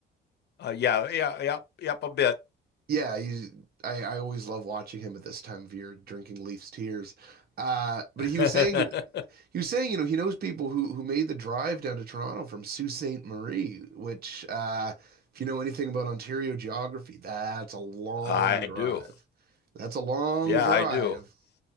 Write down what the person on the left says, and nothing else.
Uh, yeah, yeah, yep, yep, a bit.
<laughs>
I
do.
Yeah,
I do. <laughs>